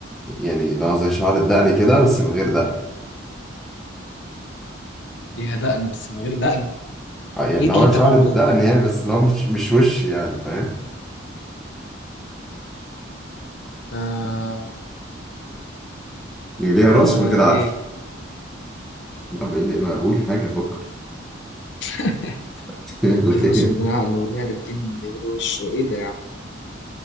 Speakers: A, in the centre; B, on the left.
A: يعني لو زي شعر الدقن كده بس من غير دقن
B: ليها دقن بس من غير دقن
A: آه، يعني
B: ايه
A: لو
B: اللي
A: هو
B: انت
A: شعر
B: بتقوله
A: الدقن
B: ده
A: يعني بس لو مش مش وش يعني فاهم
B: آه
A: يعني ليها
B: آه
A: راس من غير عقل
B: ايه
A: لا هو ايه اللي ما اقول حاجة افكر
B: <laughs>
A: <laughs> يقول لك
B: ليها
A: ايه
B: راس ومن غير عقل وليها رجلين ومن غير وش ايه ده يا عم